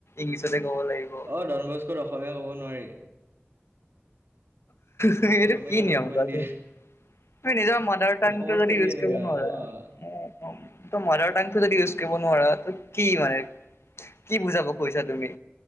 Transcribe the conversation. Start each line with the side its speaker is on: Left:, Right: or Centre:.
Left: ইংলিছতে ক'ব লাগিব।
Right: অ ডনবস্কত অসমীয়া ক'ব নোৱাৰি।
Left: সেইটো
Right: অসমীয়াত
Left: কি
Right: কথা
Left: নিয়ম
Right: পাতিব
Left: কোৱাছোন?
Right: নিদিয়ে
Left: তুমি নিজৰ মাদাৰ টাং
Right: অসমত
Left: টো যদি
Right: থাকি
Left: ইউজ
Right: এনেকা
Left: কৰিব নোৱাৰা!
Right: অ',
Left: ত মদাৰ টাং টো যদি ইউজ কৰিব নোৱাৰা ত কি মানে! কি বুজাব খুজিছা তুমি